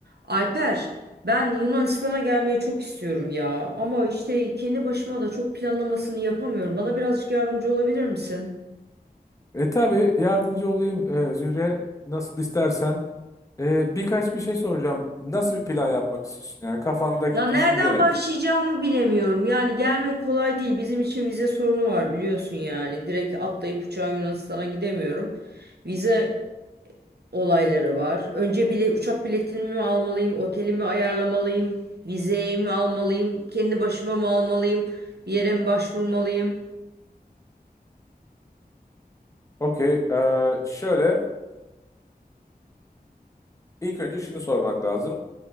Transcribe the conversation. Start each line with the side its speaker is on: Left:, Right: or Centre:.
Right: Alper, ben Yunanistan'a gelmeyi çok istiyorum ya. Ama işte kendi başıma da çok planlamasını yapamıyorum. Bana birazcık yardımcı olabilir misin?
Left: E tabii yardımcı olayım e, Zühre nasıl istersen. E, birkaç bir şey soracağım. Nasıl bir plan yapmak istiyorsun? Yani kafandaki
Right: Ya nereden
Left: düşünce nedir?
Right: başlayacağımı bilemiyorum. Yani gelmek kolay değil. Bizim için vize sorunu var biliyorsun yani. Direkt atlayıp uçağa Yunanistan'a gidemiyorum. Vize olayları var. Önce bile uçak biletini mi almalıyım, otelimi ayarlamalıyım, vizeyi mi almalıyım, kendi başıma mı almalıyım, bir yere mi başvurmalıyım?
Left: Okey. e, şöyle ilk önce şunu sormak lazım.